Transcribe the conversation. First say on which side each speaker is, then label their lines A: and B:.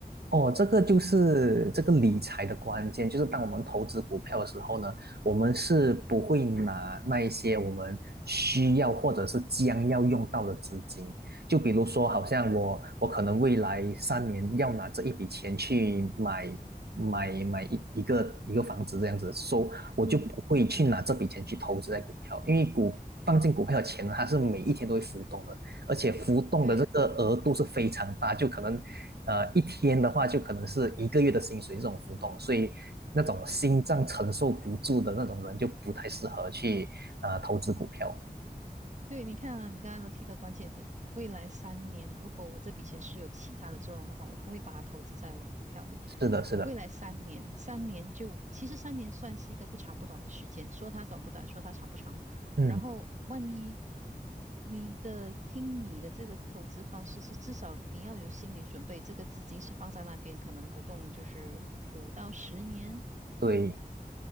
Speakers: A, on the right; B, on the right.
A: 哦，这个就是这个理财的关键，就是当我们投资股票的时候呢，我们是不会拿那一些我们需要或者是将要用到的资金，就比如说，好像我我可能未来三年要拿这一笔钱去买买买一一个一个房子这样子，所以我就不会去拿这笔钱去投资在股票，
B: 嗯，
A: 因为股放进股票的钱呢，它是每一天都会浮动的，而且浮动的这个额度是非常大，
B: 对。
A: 就可能呃一天的话就可能是一个月的薪水这种浮动，所以那种心脏承受不住的那种人就不太适合去呃投资股票。
B: 对，你看啊，你刚才都提到关键点，未来三年，如果我这笔钱是有其他的作用的话，我不会把它投资在我的股票里。
A: 是的，是的，
B: 未来三年，三年就，其实三年算是一个不长不短的时间，说它短不短，说它长不长。
A: 嗯，
B: 然后，万一你的，听你的这个投资方式是，至少你要有心理准备，这个资金是放在那边，可能不动，就是五到十年。
A: 对，